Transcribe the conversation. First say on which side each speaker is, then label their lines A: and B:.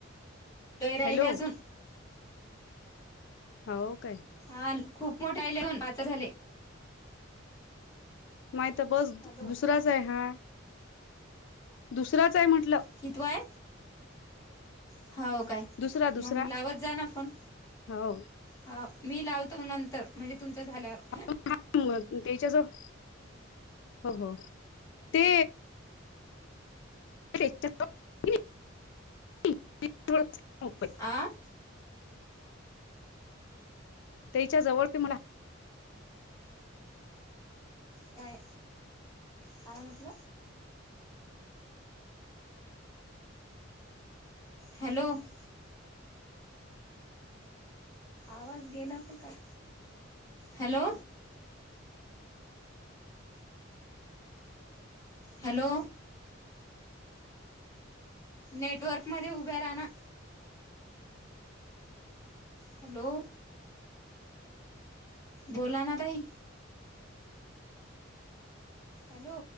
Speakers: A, on the left; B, on the left.
A: लय राहिले
B: हॅलो
A: अजून.
B: हाव. काय?
A: हा. खूप मोठे आले, अजून पाच झाले.
B: माये त बस
A: हॅलो
B: दुसराच ये हा दुसराच ये म्हण.
A: कितवा आहे. हाव काय?
B: दुसरा दुसरा
A: मंग लावत जा ना फोन.
B: हो
A: हाव मी लावतो. नंतर म्हणजे तुमचं झाल्यावर.
B: <unintelligible> हिच्याजवळ <unintelligible> हो. हो. ते. <inaudible>
A: आं..
B: ताईच्या जवळ <unintelligible> मला.
A: काय? काय? म्हटलं. हॅलो! ! आवाज गेला का? काय? हॅलो! हॅलो! नेटवर्कमध्ये उभ्या रहा ना. हॅलो! बोला ना ताई. हॅलो!